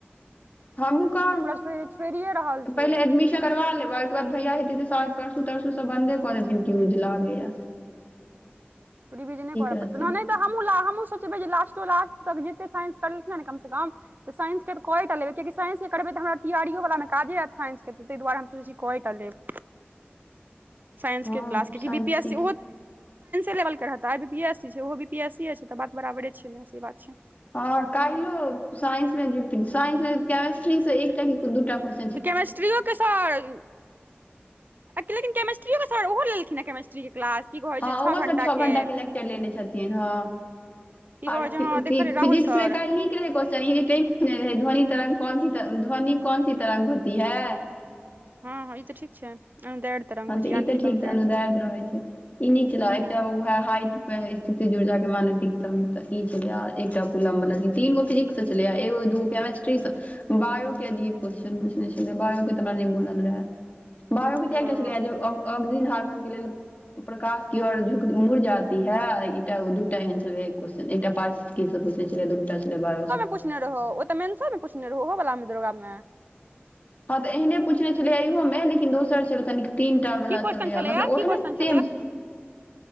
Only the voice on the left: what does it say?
हमहु क
पहिले एडमिशन करबा लेबै ओहिके बाद भैया हेतै तऽ सायद परसू तरसू बन्दे कऽ देथिन कियुज लागेया
रहतै
हँ
साइंस
ठीक
छै
हँ काल्हियो साइंस मे जे साइंस मे केमेस्ट्री से एकटा कि दूटा क्वेश्चन छै
हँ
ओहो सभ
छओ
घंटाक लेक्चर लेने छथिन हँ
और
फिजिक्स
मे काल्हि नीक रहै क्वेश्चन ई कह पूछने रहै ध्वनि तरंग क कोन सी ध्वनि क कोन सी तरंग होती है।
हँ
तऽ
ई तऽ ठीक
छै अनुर्दैय रहे छै ई नीक छल एकटा
उएह हाइट पे स्थिति ऊर्जा कऽ मानैत ई छल, एकटा कुलममे तीन गो फिजिक्स। सचलिया एू केमेस्ट्री स बायो के अजीब क्वेश्चन पूछने छलै बायो के त हमरा नै बनल रहै बायो
के त एकटा ऑगजीन हार्मोन के लेल प्रकाश की ओर झुक मुड़ जाती है एकटा दूटा एहन छल कन एकटा पास की सब पुछने छलै दूटा छलै बायुस
हँ तऽ एहने पूछने छलेै इयहो मे लेकिन। इ दोसर छलै कनिक तीनटा वला
छलै
मतलब
ओहने
सेम